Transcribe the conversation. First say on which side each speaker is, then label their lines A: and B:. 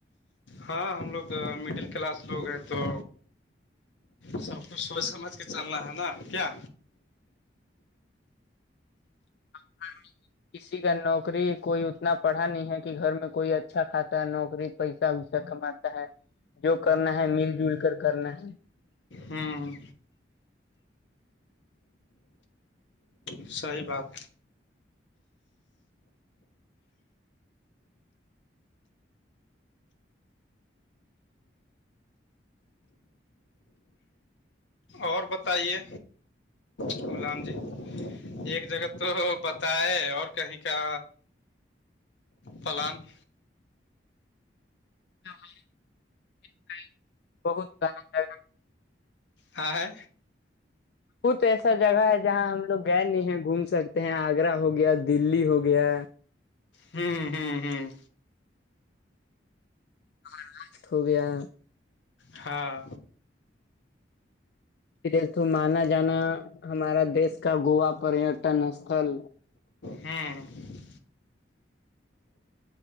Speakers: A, on the left; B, on the left.
A: ہاں ہم لوگ مڈل کلاس لوگ ہیں تو سب کچھ سوچ سمجھ کے چلنا ہے نا کیا
B: <inaudible> کسی کا نوکری کوئی اتنا پڑھا نہیں ہے کہ گھر میں کوئی اچھا خاصا نوکری پیسہ ویسا کماتا ہے جو کرنا ہے مل جل کر کرنا ہے
A: ہمم صحیح بات اور بتائیے غلام جی ایک جگہ تو بتا ہے اور کہیں کا پلان
B: <inaudible> بہت با جگہ
A: ہے
B: کت ایسا جگہ ہے جہاں ہم لوگ گئے نہیں ہیں گھوم سکتے ہیں آگرہ ہو گیا دلی ہو گیا
A: ہمم ہمم ہمم
B: راشٹ ہو گیا
A: ہاں
B: پ تو مانا جانا ہمارا دیش کا گووا پریٹن استل
A: ہمم